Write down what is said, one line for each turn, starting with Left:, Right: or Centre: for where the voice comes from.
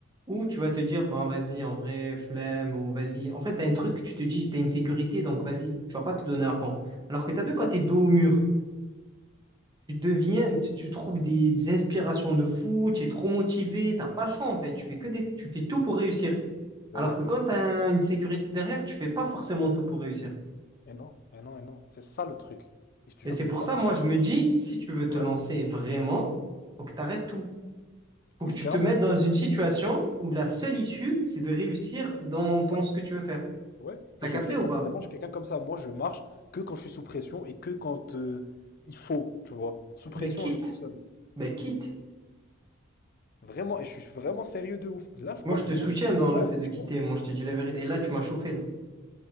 Right: où tu vas te dire, bon, vas-y, en vrai, flemme, ou vas-y. En fait, t'as un truc, tu te dis, t'as une sécurité, donc vas-y, tu vas pas te donner à fond. Alors que t'as
Left: c'est
Right: vu,
Left: ça.
Right: quand t'es dos au mur, tu deviens,
Left: Ouais.
Right: tu, tu trouves des, des inspirations de fou, tu es trop motivé, t'as pas le choix, en fait. Tu fais que des, tu fais tout pour réussir.
Left: Bah
Right: Alors
Left: oui.
Right: que quand t'as une sécurité derrière, tu fais pas forcément tout pour réussir.
Left: Et non, et non, et non. C'est ça le truc. Et je te
Right: Et
Left: jure
Right: c'est
Left: que c'est
Right: pour
Left: ça.
Right: ça,
Left: Et
Right: moi,
Left: je me
Right: je
Left: suis-
Right: me dis, si tu veux
Left: Ouais.
Right: te lancer vraiment, faut que t'arrêtes tout. Faut
Left: Oui,
Right: que tu
Left: clairement.
Right: te mettes dans une situation où la seule issue, c'est de réussir dans
Left: C'est
Right: ton,
Left: ça.
Right: ce que tu veux faire.
Left: Ouais.
Right: T'as
Left: Et je
Right: capté
Left: sais
Right: ou
Left: personnellement,
Right: pas?
Left: je suis quelqu'un comme ça. Moi, je marche que quand je suis sous pression et que quand euh, il faut, tu vois. Sous pression,
Right: Ben quitte,
Left: je fonctionne.
Right: ben quitte.
Left: Vraiment, et je suis vraiment sérieux de ouf. Là, je crois
Right: Moi, je
Left: vraiment,
Right: te soutiens
Left: j'ai
Right: dans
Left: j'ai pas
Right: le
Left: envie,
Right: fait de
Left: tu
Right: quitter.
Left: vois.
Right: Moi, je te dis la vérité. Et là, tu m'as chauffé, là.